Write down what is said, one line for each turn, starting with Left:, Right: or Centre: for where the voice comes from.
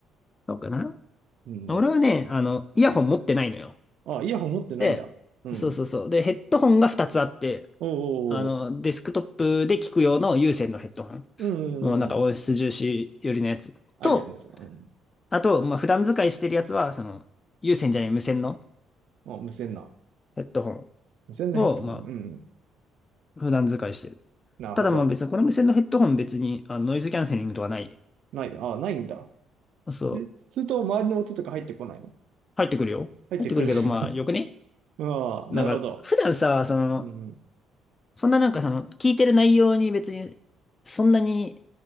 Left: そうかな。
Right: うん。
Left: 俺はね、あの、イヤホン持ってないのよ。
Right: あ、イヤホン持ってないんだ。
Left: で、
Right: うん。
Left: そうそうそう。で、ヘッドホンが2つあって、
Right: おー、
Left: あの、デスクトップで聞く用の有線のヘッドホン。
Right: うん、
Left: もうなんか音質重視寄りのやつ。
Right: うん。あるよね、
Left: と、
Right: そのうん。
Left: あと、まあ、普段使いしてるやつは、その、有線じゃない無線の
Right: あ、無線な。
Left: ヘッドホン
Right: 無線のヘッドホン。
Left: を、ま
Right: うん。
Left: あ、普段使いしてる。
Right: なるほど。
Left: ただまあ別に、この無線のヘッドホン別にあのノイズキャンセリングとかない。
Right: ない。あ、ないんだ。
Left: そう。
Right: で、すると、周りの音とか入ってこないの
Left: 入ってくるよ。
Right: 入ってくる。
Left: 入ってくるけど、
Right: <laughs>
Left: まあよくね。
Right: ああ、なるほど。
Left: なんか、普段さ、その、
Right: うん、
Left: そんななんかその、聞いてる内容に別に、そんなに、